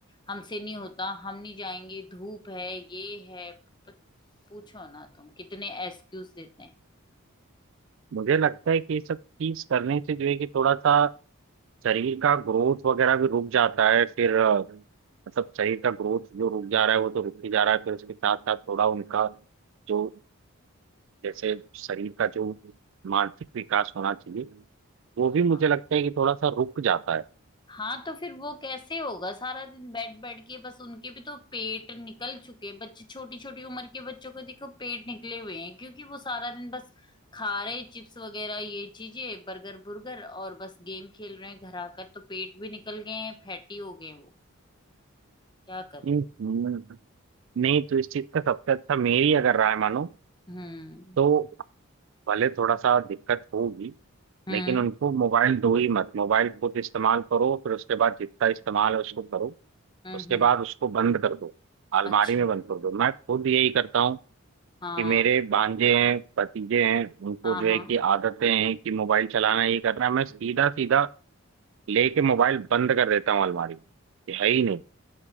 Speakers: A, on the left; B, on the right.
A: हमसे नहीं होता हम नहीं जाएंगे धूप है ये है प- पूछो ना तुम कितने एक्सक्यूज देते हैं
B: मुझे लगता है कि ये सब चीज करने से जो है कि थोड़ा सा शरीर का ग्रोथ वगैरह भी रुक जाता है फिर अ, मतलब शरीर का ग्रोथ जो रुक जा रहा है वो तो रुक ही जा रहा है फिर उसके साथ साथ थोड़ा उनका जो जैसे शरीर का जो मानसिक विकास होना चाहिए वो भी मुझे
A: हाँ।
B: लगता है कि थोड़ा सा रुक जाता है
A: हाँ तो फिर वो कैसे होगा सारा दिन बैठ बैठ के बस उनके भी तो पेट निकल चुके बच्चे छोटी छोटी उम्र के बच्चों को देखो पेट निकले हुए हैं क्योंकि वो सारा दिन बस खा रहे चिप्स वगैरह ये चीजें बर्गर बुर्गर और बस गेम खेल रहे हैं घर आकर तो पेट भी निकल गए हैं फैटी हो गए हैं वो क्या करें
B: हम्म, नहीं तो इस चीज का सबसे अच्छा मेरी अगर राय मानो
A: हम्म
B: तो भले थोड़ा सा दिक्कत होगी
A: हम्म
B: लेकिन उनको मोबाइल दो ही मत मोबाइल खुद इस्तेमाल करो फिर उसके बाद जितना इस्तेमाल है उसको करो
A: हम्म
B: उसके
A: हम्म,
B: बाद उसको बंद कर दो अलमारी
A: अच्छा
B: में बंद कर दो मैं खुद यही करता हूँ
A: हाँ
B: कि मेरे भांजे हैं भतीजे हैं उनको
A: हाँ
B: जो है
A: हाँ
B: कि आदतें हैं कि मोबाइल चलाना ये करना है, मैं सीधा सीधा लेके मोबाइल बंद कर देता हूँ अलमारी में कि है ही नहीं